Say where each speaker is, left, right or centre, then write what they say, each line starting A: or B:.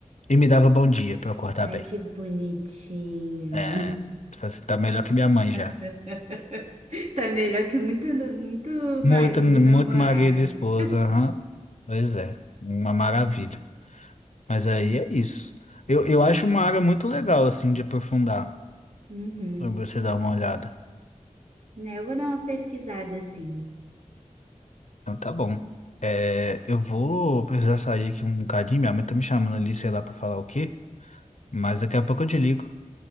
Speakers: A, on the left; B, on the right.
A: e me dava bom dia pra eu acordar
B: ai
A: bem.
B: que bonitinho.
A: É, falei assim, tá melhor que minha mãe já.
B: <laughs> Tá melhor que muito, muito
A: Muito,
B: marido
A: muito
B: e namorado.
A: marido e esposa, aham. Pois é, uma maravilha. Mas aí é isso. Eu, eu
B: Nossa.
A: acho uma área muito legal, assim, de aprofundar,
B: Uhum.
A: pra você dar uma olhada.
B: É, Eu vou dar uma pesquisada assim.
A: Então tá bom. É, eu vou precisar sair aqui um bocadinho. Minha mãe tá me chamando ali, sei lá, pra falar o quê. Mas daqui a pouco eu te ligo.